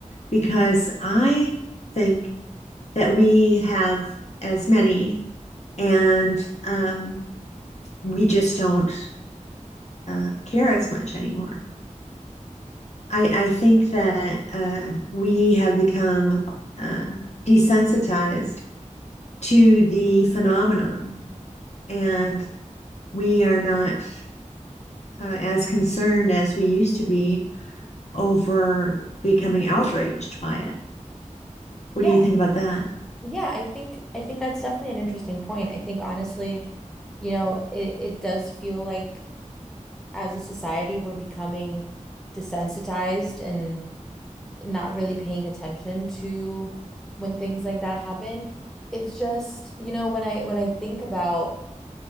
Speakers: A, on the left; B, in the centre.
A: because I think that we have as many and um, we just don't uh, care as much anymore. I, I think that uh, we have become uh, desensitized to the phenomenon and we are not uh, as concerned as we used to be over becoming outraged by it. What
B: Yeah.
A: do you think about that?
B: Yeah, I think I think that's definitely an interesting point. I think honestly, you know, it, it does feel like as a society we're becoming desensitized and not really paying attention to when things like that happen. It's just, you know, when I when I think about